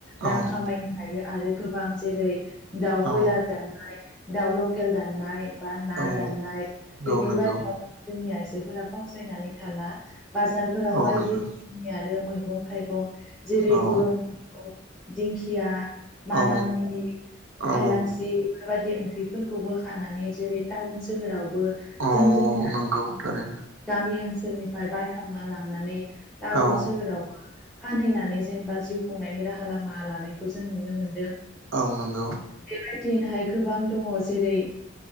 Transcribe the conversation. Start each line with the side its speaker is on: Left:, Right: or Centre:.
Right: औ
Centre: रां खामायनो हायो आरो गोबां जेरै दाउ ब्रयलार
Right: औ
Centre: दन्नाय दाउ लकेल दान्नाय बा ना
Right: औ
Centre: दान्नाय बेफोरबादियाव
Right: औ नंगौ
Centre: जोंनि आइजोफोरा फावसायनानै थाला बाजारफोराव
Right: औ
Centre: बायदि
Right: नंगौ
Centre: नि आरो मैगं थाइगं जेरै
Right: औ
Centre: बर'नि मैगं दिंखिया माना
Right: औ
Centre: मुनि
Right: औ
Centre: हेलांसि बेफोरबायदि ओंख्रिफोरखौबो खानानै जेरै टाउन सोहोरावबो
Right: औ
Centre: जों जोंनि
Right: नंगौ थारै
Centre: गामि ओनसोलनिफ्राय बायखांना लांनानै टाउन
Right: औ
Centre: सोहोरावबो फानहैनानै जेनेबा जिउ खुंनायनि राहा लामा लानायखौ जों नुनो मोनदों।
Right: औ नंगौ।
Centre: बेबायदिनोहाय गोबां दंङ जेरै